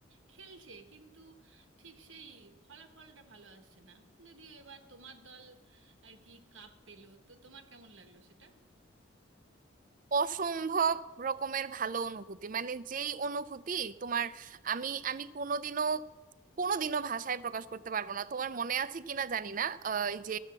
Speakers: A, on the right (about 85°); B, on the right (about 45°).
A: খেলছে কিন্তু ঠিক সেই ফলাফলটা ভালো আসছে না যদিও এবার তোমার দল আর কি কাপ পেলো তো তোমার কেমন লাগলো সেটা
B: অসম্ভব রকমের ভালো অনুভূতি মানে যেই অনুভূতি তোমার আমি আমি কোনোদিনও কোনোদিনও ভাষায় প্রকাশ করতে পারবো না তোমার মনে আছে কিনা জানি না আহ, এই যে